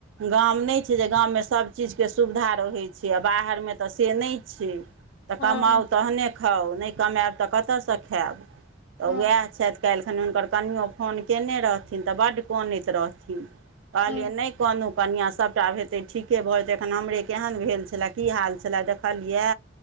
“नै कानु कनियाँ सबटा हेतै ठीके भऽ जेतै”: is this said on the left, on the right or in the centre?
Right